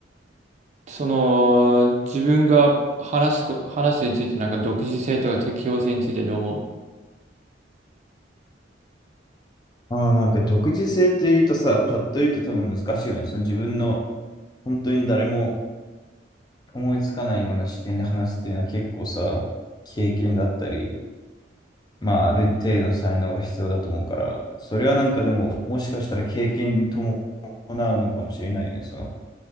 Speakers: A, on the right; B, on the left.
A: う。その、自分が話すこ、話すについて、なんか独自性とか適応性についてどう思
B: ああ、なんか独自性って言うとさ、パッと言うと多分難しいよね。その自分の本当に誰も思いつかないような視点で話すっていうのは結構さ、経験だったり、まあある程度の才能が必要だと思うから、それはなんかでももしかしたら経験に伴うのかもしれないよね。その